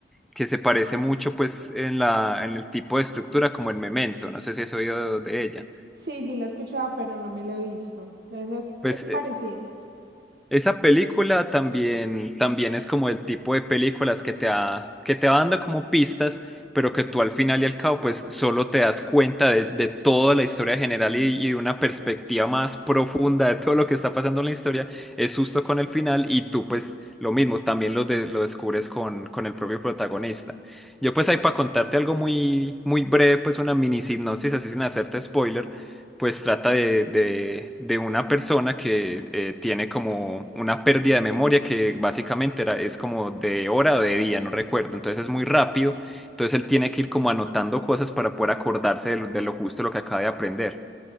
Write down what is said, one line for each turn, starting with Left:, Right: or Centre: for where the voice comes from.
Centre: que se parece mucho pues en la, en el tipo de estructura como en Memento. No sé si has oído de ella.
Right: Sí, sí la escuchaba, pero no me la he visto. Esa es,
Centre: Pues
Right: es parecida.
Centre: eh, Esa película también, también es como el tipo de películas que te va, que te va dando como pistas, pero que tú al final y al cabo pues solo te das cuenta de, de toda la historia general y, y de una perspectiva más profunda de todo lo que está pasando en la historia. Es justo con el final y tú pues lo mismo, también lo, de- lo descubres con, con el propio protagonista. Yo pues ahí para contarte algo muy, muy breve, pues una mini sinopsis así sin hacerte spoiler pues trata de, de- de una persona que eh, tiene como una pérdida de memoria que básicamente era, es como de hora o de día, no recuerdo, entonces es muy rápido, entonces él tiene que ir como anotando cosas para poder acordarse de lo, de lo justo lo que acaba de aprender.